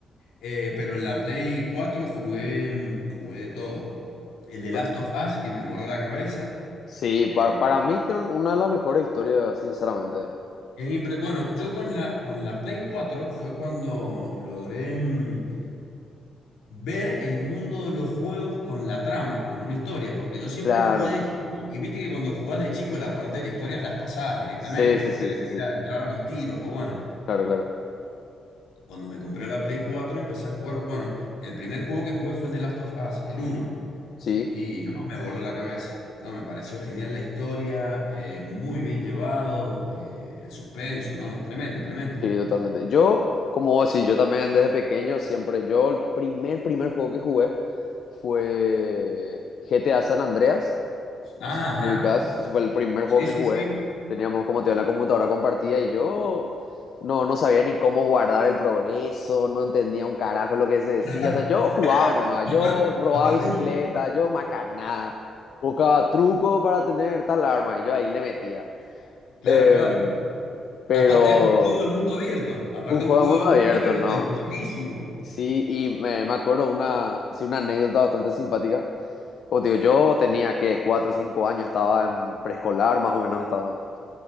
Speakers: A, on the left; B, on the left.
A: Eh, pero en la Play 4 jugué, mm, jugué de todo. El de Last
B: Ujú.
A: of Us, que me voló la cabeza.
B: Sí,
A: Eh,
B: pa- para mí tiene un- una de las mejores historias, sinceramente.
A: es impre- bueno, yo con la, con la Play 4 fue cuando logré... mm, ver el mundo de los juegos con la trama, con una historia, porque yo siempre
B: Claro.
A: jugué de chico, y viste que cuando jugás de chico la parte de la historia es las pasadas directamente,
B: Sí, sí,
A: o
B: sí,
A: querés
B: sí, sí.
A: ir a entrar a los tiros, o bueno,
B: Claro, claro.
A: cuando me compré la Play 4 empecé a jugar, bueno, el primer juego que jugué fue el de Last of Us, el uno
B: Sí.
A: y no, me voló la cabeza. No, me pareció genial la historia, eh, muy bien llevado, eh, el suspenso, no, no, tremendo, tremendo.
B: Sí, totalmente. Yo, como vos decís, yo también desde pequeño siempre, yo el primer, primer juego que jugué fue GTA San Andreas. No
A: Ah,
B: sé si
A: Ajá,
B: me ubicás, ese fue el primer
A: sí,
B: juego que
A: sí,
B: jugué.
A: sí,
B: Teníamos como te digo, en la computadora compartida y yo no, no sabía ni cómo guardar el progreso, no entendía un carajo lo que se decía.
A: <laughs> claro.
B: O sea, yo jugaba nomás,
A: Aparte,
B: yo robaba
A: aparte,
B: bicicleta,
A: un-
B: yo macanada, buscaba truco para tener tal arma y yo ahí le metía.
A: claro,
B: Em,
A: claro.
B: pero
A: Aparte, un juego de mundo abierto. Aparte,
B: un juego
A: un juego
B: de mundo
A: de
B: abierto,
A: mundo abierto,
B: ¿no?
A: dificilísimo.
B: Sí, y me, me acuerdo una, sí, una anécdota bastante simpática. Como te digo, yo tenía que cuatro o cinco años, estaba en preescolar, más o menos estaba.